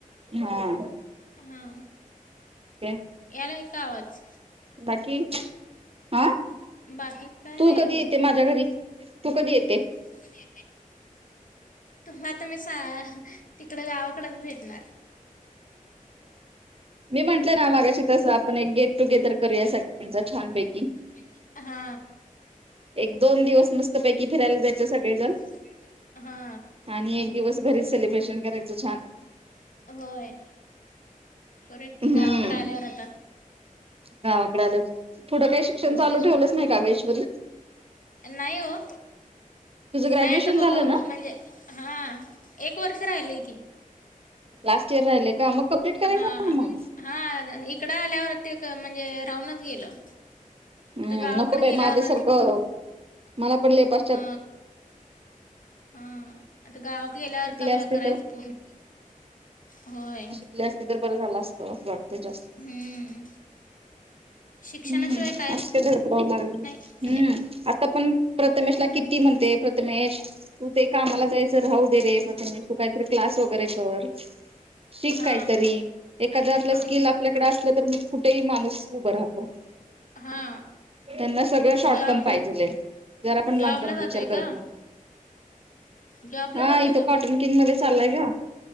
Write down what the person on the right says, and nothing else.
हा आ.
के.
बाकी अ
तू
कधी
येते माझ्या घरी, तू कधी येते?
मी म्हटलं ना, मागाशी तसं आपण एक गेट टुगेदर करूया सगळ्यांचा छानपैकी.
एक दोन दिवस मस्तपैकी फिरायला जायचं सगळेजण.
आणि एक दिवस घरीच सेलिब्रेशन करायचं छान.
हम्म
गावाकडे आल्यावच. पुढं काय शिक्षण
चालू ठेवलंच नाही का ईश्वरी?
तुझं ग्रॅज्युएशन
झालं ना?
लास्ट इयर राहिलेय का, मग कम्प्लीट करायचं
ना मग?
हम्म
नको
बाई माझ्यासारखं,, मला पण लय प
शिकले
असते
तर
केली असतीस तरर बरं झालं असतं, असं वाटतय जास्त.
हम्म
असक धडपव लागल,
हम्म, आता पण प्रथमेश
ला किती म्हणते, प्रथमेश तू ते कामाला जायचं राहू दे रे प्रथमेश. तू काय तर क्लास वगैरे कर, शिक
काहीतरी,, एकाद आपलं
स्कील आपल्याकडे असलं तर तर मग कुठंही माणूस उभं राहतं.
त्यांना सगळं शॉर्ट
टर्म पाहिजेल आहे,, जरा पण
लॉग टर्म
विचार करत
नाहीत.
हा
इथं
कॉटन किंग मध्ये चाललाय ग,,